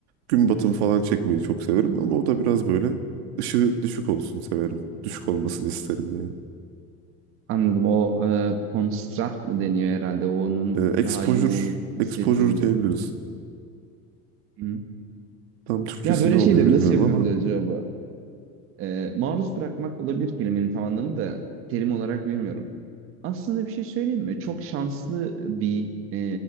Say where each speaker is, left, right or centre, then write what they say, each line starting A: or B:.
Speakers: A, on the right; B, on the right.
A: gün batımı falan çekmeyi çok severim ama o da biraz böyle ışığı düşük olsun severim. Düşük olmasını isterim yani.
B: Anladım. O e, construct mı deniyor herhalde? O onun
A: Eee exposure,
B: daha yoğun hissettirili.
A: exposure diyebiliriz.
B: Hı hı.
A: Tam Türkçesi
B: Ya böyle
A: ne oluyor
B: şeyleri
A: bilmiyorum
B: nasıl yapıyoruz
A: ama.
B: acaba? Ee, maruz bırakmak olabilir kelimenin tam anlamı da terim olarak bilmiyorum. Aslında bir şey söyleyeyim mi? Çok şanslı bir e,